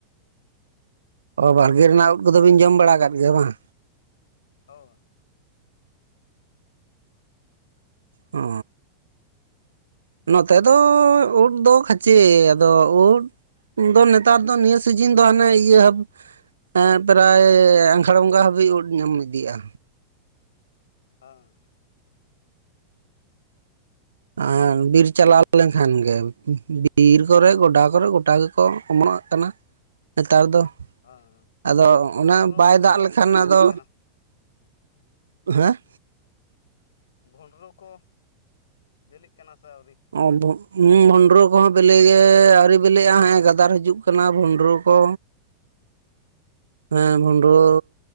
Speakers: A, on the right (about 70°); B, on the left (about 65°).
A: ᱚ ᱵᱟᱲᱜᱮ ᱨᱮᱱᱟᱜ ᱩᱫ ᱠᱚᱫᱚ ᱵᱤᱱ ᱡᱚᱢ ᱵᱟᱲᱟ ᱟᱠᱟᱫ ᱜᱮᱭᱟ ᱵᱟᱝ?
B: ᱦᱳᱭ᱾
A: ᱚ᱾ ᱱᱚᱛᱮ ᱫᱚ ᱩᱫ ᱫᱚ ᱠᱷᱟᱪᱮ ᱟᱫᱚ ᱩᱫ ᱩᱱᱫᱚ ᱱᱮᱛᱟᱨ ᱫᱚ ᱱᱤᱭᱟᱹ ᱥᱤᱡᱤᱱ ᱫᱚ ᱦᱟᱱᱮ ᱤᱭᱟᱹ ᱦᱮᱸ ᱯᱨᱟᱭ ᱟᱸᱜᱷᱟᱲ ᱵᱚᱸᱜᱟ ᱦᱟᱹᱵᱤᱡ ᱩᱫ ᱧᱟᱢ ᱤᱫᱤᱜᱼᱟ᱾
B: ᱦᱚᱸ᱾
A: ᱟᱨ ᱵᱤᱨ ᱪᱟᱞᱟᱣ ᱞᱮᱱᱠᱷᱟᱱ ᱜᱮ ᱵᱤᱨ ᱠᱚᱨᱮ ᱜᱚᱰᱟ ᱠᱚᱨᱮ ᱜᱚᱴᱟ ᱜᱮᱠᱚ ᱚᱢᱚᱱᱚᱜ ᱠᱟᱱᱟ ᱱᱮᱛᱟᱨ ᱫᱚ᱾
B: ᱦᱮᱸ
A: ᱟᱫᱚ
B: ᱵᱷᱩᱸᱰᱨᱩ
A: ᱚᱱᱟ ᱵᱟᱭ
B: ᱠᱚ
A: ᱫᱟᱜ ᱞᱮᱠᱷᱟᱱ
B: ᱵᱟᱝ ᱵᱤᱞᱤᱜ
A: ᱟᱫᱚ
B: ᱠᱟᱱᱟ
A: ᱦᱮᱸ
B: ᱵᱷᱩᱸᱰᱨᱩ ᱠᱚ ᱵᱤᱞᱤᱜ ᱠᱟᱱᱟ ᱥᱮ ᱟᱹᱣᱨᱤ?
A: ᱟᱫᱚ ᱦᱩᱸ ᱵᱷᱩᱸᱰᱨᱩ ᱠᱚᱦᱚᱸ ᱵᱤᱞᱤ ᱜᱮ ᱟᱹᱣᱨᱤ ᱵᱤᱞᱤᱜᱼᱟ ᱦᱮᱸᱜ-ᱮ ᱜᱟᱫᱟᱨ ᱦᱤᱡᱩᱜ ᱠᱟᱱᱟ ᱵᱷᱩᱸᱰᱨᱩ ᱠᱚ᱾ ᱦᱮᱸ ᱵᱷᱩᱸᱰᱨᱩ